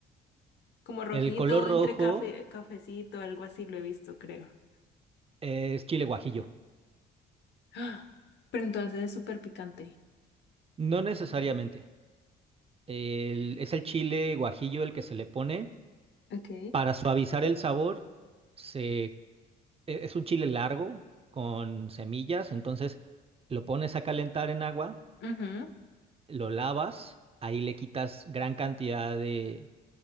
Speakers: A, on the left; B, on the right.
A: como rojito,
B: el color rojo
A: entre café, cafecito, algo así lo he visto, creo.
B: es chile guajillo.
A: ¡Ah! Pero entonces es súper picante.
B: No necesariamente. El- es el chile guajillo el que se le pone
A: Ok.
B: para suavizar el sabor se e- es un chile largo con semillas, entonces lo pones a calentar en agua,
A: Ujú,
B: lo lavas, ahí le quitas gran cantidad de,